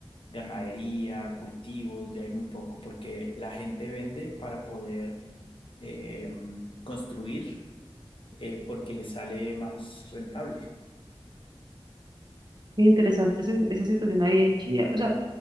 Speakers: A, on the left (about 60°); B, on the right (about 45°).
A: ganadería, cultivos, ya hay muy poco porque la gente vende para poder eh, construir eh, porque le sale más rentable.
B: Muy interesante ese- esa situación ahí en Chía. O sea,